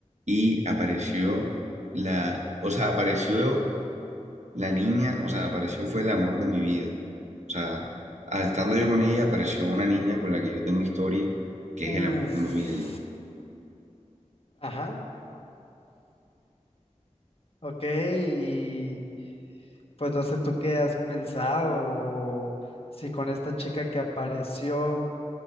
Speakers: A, on the right (about 65°); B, on the left (about 50°).
A: Y apareció la, o sea, apareció la niña, o sea, apareció fue el amor de mi vida. O sea, a- estando yo con ella, apareció una niña con la que yo tengo historia, que es
B: Uf.
A: el amor de mi vida. ya.
B: Ajá. Ok, y pues no sé tú qué has pensado o si con esta chica que apareció.